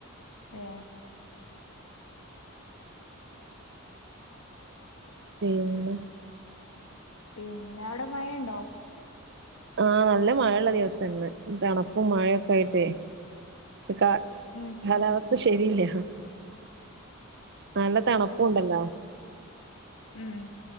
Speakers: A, on the left; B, on the right.
A: ഏ
B: പിന്നാ?
A: പിന്ന അവിടെ മയ ഇണ്ടോ?
B: ആ നല്ല മഴയിള്ള ദിവസവാ ഇന്ന്, തണുപ്പും മഴയൊക്കെ ആയിട്ടെ. കാ
A: ഉം
B: കാലാവസ്ഥ ശെരിയില്ല. നല്ല തണുപ്പുണ്ടല്ലോ?
A: ഉം